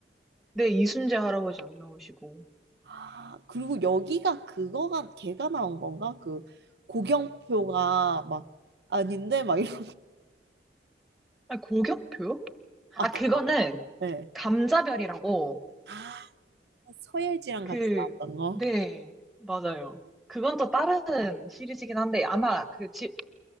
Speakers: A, in the centre; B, on the right.
A: 네, 이순재 할아버지 안 나오시고.
B: 아, 그리고 여기가 그거가 걔가 나온 건가? 그 고경표가 막 아닌데 막 이런
A: 아니, 고경표요?
B: 아
A: 아,
B: 그거
A: 그거는
B: 네.
A: 감자별이라고,
B: 아 서예지랑
A: 그,
B: 같이 나왔던 거.
A: 네, 맞아요. 그건 또 다른 시리즈긴 한데, 아마 그 지-